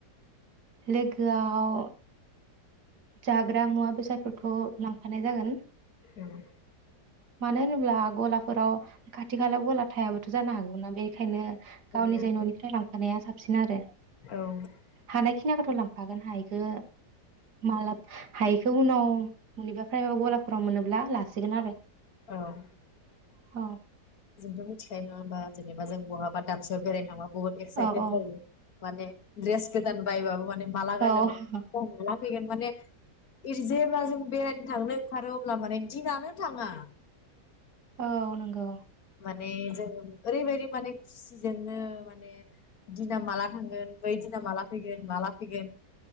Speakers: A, on the right (about 65°); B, on the left (about 55°).
A: लोगोआव जाग्रा मुवा बेसादफोरखौ लांफानाय जागोन
B: उम
A: मानो होनोब्ला गलाफोराव खाथि खालायाव गला थायाबाथ' जानो हागौ ना बेखायनो
B: औ
A: गाव निजायै न'निफ्राय लां नाया साबसिन आरो
B: औ
A: हानायखिनाखौथ' लां हागोन हायिखो मालाब हायैखौ उनाव मनिबा फ्राइबा गलाफोराव मोनोब्ला लासिगोन आरो
B: औ
A: औ
B: जोंथ' मिथिखायो नङा होमबा जेनेबा जों बहाबा दानसेयाव बेरायनो थांबा बहुत एक्साइटेड
A: औ औ
B: जायो माने ड्रेस गोदान बायबाबो माने माला गाननो
A: औ
B: मोनो जायो आरोना फैगोन माने जेब्ला जों बेरायनो थांनो ओंखारो अब्ला माने दिनानो थाङा
A: औ नंगौ
B: माने जों ओरैबायदि माने खुसिजोंनो माने दिना माला थांगोन बै दि माला फैगोन माला फैगोन